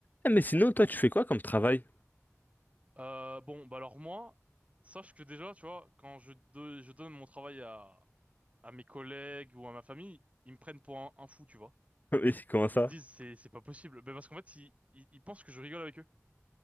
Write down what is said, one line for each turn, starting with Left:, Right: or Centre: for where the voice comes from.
Left: Eh, mais sinon, toi, tu fais quoi comme travail?
Right: Euh, bon, bah alors moi, sache que déjà, tu vois, quand je, do- je donne mon travail à, à mes collègues ou à ma famille, ils me prennent pour un, un fou, tu vois.
Left: <laughs> Mais comment ça?
Right: Ils se disent, c'est, c'est pas possible. Ben parce qu'en fait, ils, ils, ils pensent que je rigole avec eux.